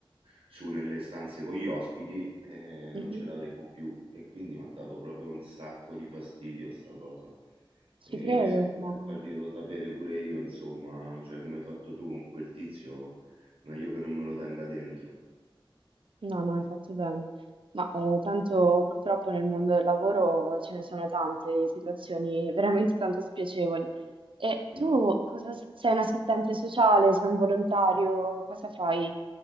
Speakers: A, on the right; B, on the right.
A: su nelle stanze con gli ospiti, eh, non
B: Mhm.
A: ce l'avremo più e quindi mi ha dato proprio un sacco di fastidio sta cosa.
B: ci
A: E
B: credo,
A: dovrei
B: mamma
A: farglielo
B: mia.
A: sapere pure io, insomma, cioè come hai fatto tu con quel tizio, meglio che non me lo tenga dentro.
B: No, no, hai fatto bene. Ma eh, tanto purtroppo nel mondo del lavoro ce ne sono tante di situazioni veramente tanto spiacevoli. E tu
A: Mm,
B: cosa s- sei un assistente sociale, sei un volontario, cosa fai?